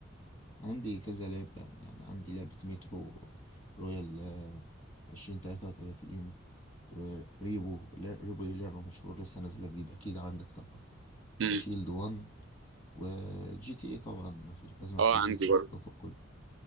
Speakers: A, on the left; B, on the right.
A: عندي كذا لعبة يعني عندي لعبة مترو رويال آه، عشرين تلاتة وتلاتين وريبو لا ريبو دي لعبة مشهورة لسه نازلة جديد أكيد عندك تعرفها
B: امم
A: وشيلد وان وجي تي ايه طبعا مفيش لازم مفيش
B: اه عندي
A: جي تي ايه
B: برضه
A: في الكوكب كله